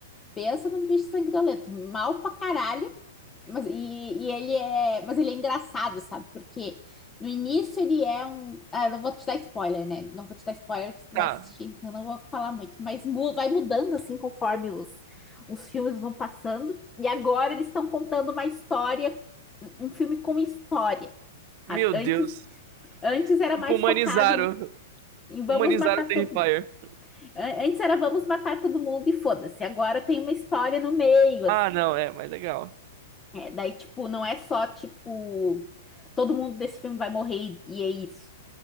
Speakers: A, on the left; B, on the right.
A: Pensa num bicho sanguinolento. Mal pra caralho. Mas, e, e ele é, mas ele é engraçado, sabe? Porque no início ele é um. Ah, eu não vou te dar spoiler, né? Não vou te dar spoiler que tu
B: Tá.
A: vai assistir, então eu não vou falar muito. Mas mu- vai mudando assim conforme os, os filmes vão passando. E agora eles estão contando uma história, um um filme com história sabe?
B: Meu Deus.
A: Antes, antes era
B: Tipo,
A: mais
B: humanizaram.
A: focado em, em vamos
B: Humanizaram
A: matar
B: o Terrifier.
A: todo, é, Antes era vamos matar todo mundo e foda-se. Agora tem uma história no meio, assim.
B: Ah, não, é, mas legal.
A: É, daí, tipo, não é só, tipo, todo mundo desse filme vai morrer e, é isso.